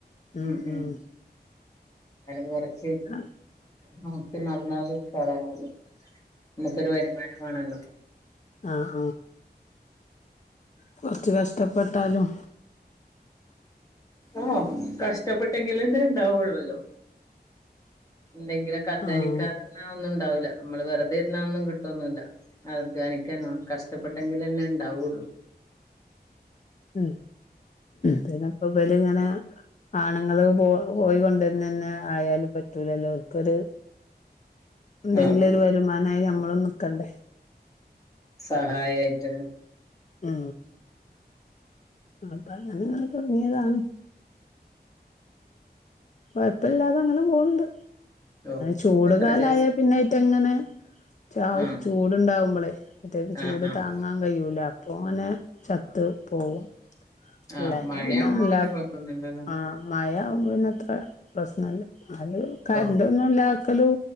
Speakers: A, on the left; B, on the left.
A: ഉം
B: ഉ ഉ
A: ഉം
B: അല കൊറച്ച്
A: ആഹ്
B: നോ നടന്നാലും സാറാണല നമുക്കൊരു വരുമാനം വേണല്ലോ
A: ആഹ ആഹ കുറച്ച് കഷ്ടപ്പെട്ടാലും
B: ആഓ കഷ്ടപ്പെട്ടെങ്കിലുംന്താ ഇണ്ടാവള്ളൂല്ലോ എന്തെങ്കിലൊക്കെ അധാനിക്കാതന്ന
A: ആഹ്
B: ഒന്നും ഉണ്ടാവില്ല നമ്മള് വെറുതെ ഇരുന്ന ഒന്നും കിട്ടൊന്നല്ല അാന കഷ്ടപ്പെട്ടെങ്കിൽന്നെ ഉണ്ടാവുള്ളൂ
A: ഉ പിന്നെപ്പ ഇല ഇങ്ങനെ ആണുങ്ങള് പോ പോയി കൊണ്ടുവന്ന് തന്നെ ആയാലും പറ്റൂല എല്ലാവർക്കുംരു എന്തെങ്കിലും
B: ആഹ്
A: ഒരു വരുമാനമായി നഞമ്മള നിക്കണ്ടേ
B: സഹായമായിട്ട
A: ആ അപ്പൊ അങ്ങനെ തുടങ്ങിയതാണ് കൊഴപ്പില്ലാതെ അങ്ങനെ പോണ്ട്
B: ഓ
A: ചൂട്
B: എത്ര
A: കാലായൽ
B: ദിവസം
A: പിന്നായിറ്റ എങ്ങനെ ച
B: ആഹ്
A: ചൂട്ണ്ടാവുമ്പോളെ അയറ്റേക്ക് ചൂട്
B: ആഹ് ആഹ്
A: താങ്ങാൻ കയ്യൂല അപ്പൊ പോനെ ചത്ത് പോവും
B: ആഹ്
A: ഇല്ലാഞ്ഞ
B: മഴയാവുമ്പോ
A: പിന്നെ നല്ല
B: കൊഴപ്പൊന്നുല്ലല്ലോ
A: ആഹ മഴ ആവുമ്പോ പിന്നെ അത്ര പ്രശ്നല്ല അല് കറന്റ്
B: ഓ
A: ഒന്നുംല്ല ക്കലും